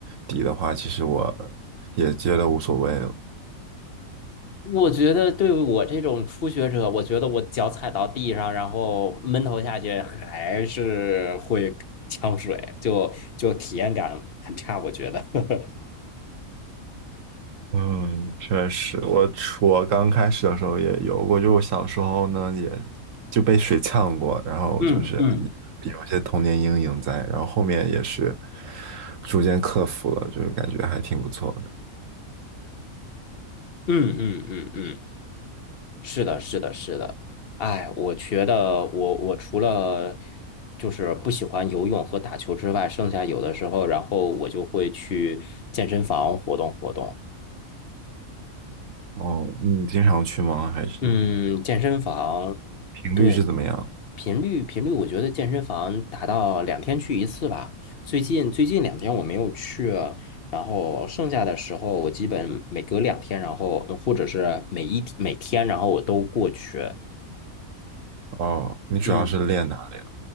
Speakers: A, on the right (about 65°); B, on the left (about 55°).
A: 底的话，其实我也觉得无所谓了。
B: 我觉得对于我这种初学者，我觉得我脚踩到地上，然后闷头下去，还是会呛水，就就体验感很差，我觉得。<laughs>
A: 嗯，确实，我我刚开始的时候也游过，就我小时候呢，也就被水呛过，然后就是
B: 嗯嗯
A: 有有一些童年阴影在，然后后面也是逐渐克服了，就是感觉还挺不错的。
B: 嗯嗯嗯嗯，是的，是的，是的。哎，我觉得我我除了就是不喜欢游泳和打球之外，剩下有的时候，然后我就会去健身房活动活动。
A: 哦，你经常去吗？还是
B: 嗯，健身房，
A: 频率是怎么样？
B: 对。频率频率，我觉得健身房达到两天去一次吧。最近最近两天我没有去，然后剩下的时候我基本每隔两天，然后嗯或者是每一每天，然后我都过去。
A: 哦，你主要是练哪里啊？
B: 嗯